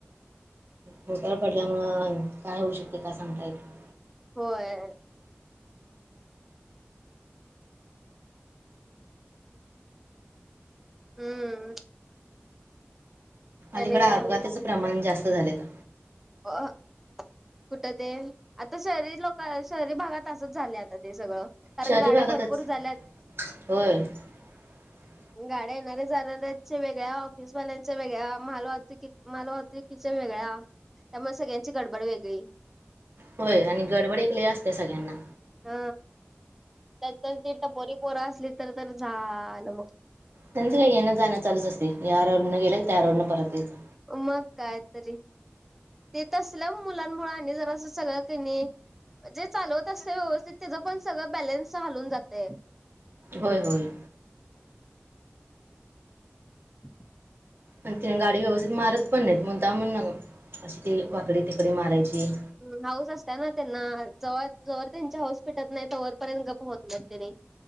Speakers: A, on the right; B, in the centre.
A: पोटावर पडल्यामुळं काय होऊ शकते काय सांगता येत नाही.
B: होय. हम्म.
A: अलीकडं
B: आणि काय
A: अपघाताचं प्रमाण जास्त झालेयत.
B: अ ह कुठं ते आता शहरी लोकं शहरी भागात असच झाले आता ते सगळं. कारण
A: शहरी
B: गाड्या
A: भागातच
B: भरपूर झाल्यात.
A: होय <inaudible>
B: गाड्या येणारऱ्या जाणारऱ्याचे वेगळ्या ऑफिसवाल्यांच्या वेगळ्या मालवाहतकी मालवाहत किच्या वेगळा त्यामुळे सगळ्यांची गडबड वेगळी.
A: होय आणि गडबड एक लय असते सगळ्यांना.
B: हा त्यात ती टपोरी पोरं असली तर तर झालं मग.
A: त्यांचं काही येनं जाणं चालुच असते या रोडनं गेले त्या रोडनं परत यायचं.
B: मग कायतरी. ते तसल्या मुलांमुळे आणि जरा असं सगळ्या क नी जे चालवत असते व्यवस्थित त्याजा पण सगळं बॅलन्स हलून जाते.
A: होय होय.
B: <inaudible>
A: पण तिने गाडी व्यवस्थित मारत पण नाहीत मुद्दामुन अशी ती वाकडी तिकडी मारायची.
B: हम्म हाऊस असत्या ना त्यांना ज जोवर त्यांचे हाऊस फेटत नाही तोवर पर्यंत गप्प होत नाही त्यानी.